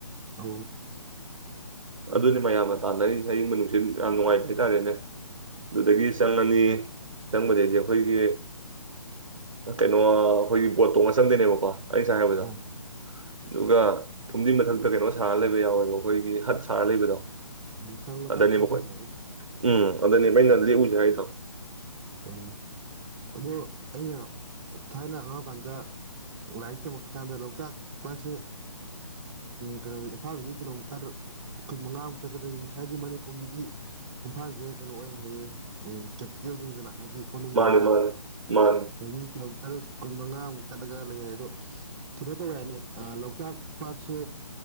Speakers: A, on the right (about 20°); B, on the right (about 70°).
A: ꯑ
B: ꯑꯗꯨꯅꯦ ꯃꯌꯥꯝꯅ ꯇꯥꯟꯅꯔꯤ ꯍꯌꯤꯡꯕ ꯅꯨꯡꯁꯤꯠ ꯌꯥꯝ ꯅꯨꯡꯉꯥꯏꯕ ꯍꯥꯏꯇꯥꯔꯦꯅꯦ ꯑꯗꯨꯗꯒꯤ
A: ꯑꯣ
B: ꯆꯪꯉꯅꯤ ꯆꯪꯕꯗꯩꯗꯤ ꯑꯩꯈꯣꯏꯒꯤ ꯀꯩꯅꯣ ꯑꯩꯈꯣꯏꯒꯤ ꯕꯣꯠ ꯇꯣꯡꯉ ꯆꯪꯗꯣꯏꯅꯦꯕꯀꯣ ꯑꯩ ꯁꯥꯏ ꯍꯥꯏꯕꯗꯣ
A: ꯑꯣ
B: ꯑꯗꯨꯒ ꯐꯨꯝꯗꯤꯟ ꯃꯊꯛꯇ ꯀꯩꯅꯣ ꯁꯥꯔꯒ ꯂꯩꯕ ꯌꯥꯎꯋꯦꯕ ꯑꯩꯈꯣꯏꯒꯤ ꯍꯠ ꯁ ꯂꯩꯕꯗꯣ
A: ꯎꯝ ꯂꯤꯁꯪ ꯃꯆꯥ
B: ꯑꯗꯅꯦꯕꯈꯣꯏ
A: ꯃꯆꯥ ꯁꯥꯟꯅꯔꯅꯤ
B: ꯎꯝ ꯑꯗꯅꯦꯕ ꯌꯥꯥꯏ ꯇꯥꯎ
A: ꯑꯣ ꯑꯗꯣ ꯑꯩꯅ ꯊꯥꯏꯅ ꯑꯉꯥꯡꯀꯥꯟꯗ ꯂꯥꯏꯔꯤꯛ ꯇꯝꯃꯛꯀꯀꯥꯟꯗ ꯂꯣꯛꯇꯥꯛ ꯄꯁꯦ ꯀꯩꯅꯣꯁ ꯏꯝꯐꯥꯜꯗꯒꯤ ꯀꯤꯂꯣꯃꯤꯇꯔ ꯀꯨ ꯃꯉꯥꯃꯨꯛ ꯆꯠꯊꯔꯛꯏ ꯍꯥꯏꯗꯤ ꯃꯅꯤꯄꯨꯔꯒꯤꯗꯤ ꯏꯝꯐꯥꯜꯁꯦ ꯀꯩꯅꯣ ꯑꯣꯏ ꯍꯥꯏꯌꯦ ꯀꯦꯄꯤꯇꯦꯜꯅꯤꯗꯅ ꯍꯥꯏꯗꯤ ꯀꯣꯅꯨꯡꯒꯤꯗꯅ
B: ꯃꯥꯅꯦ ꯃꯥꯅꯦ ꯃꯥꯅꯦ
A: ꯑꯩ ꯀꯤꯂꯣ ꯇꯔꯨꯛ ꯀꯨꯟ ꯃꯉꯥꯃꯨꯛ ꯆꯠꯂꯒ ꯂꯩ ꯍꯥꯏ ꯑꯗꯣ ꯀꯩꯅꯣ ꯇꯧꯋꯦ ꯍꯥꯏꯅꯤ ꯂꯣꯛꯇꯥꯛ ꯄꯥꯠꯁꯦ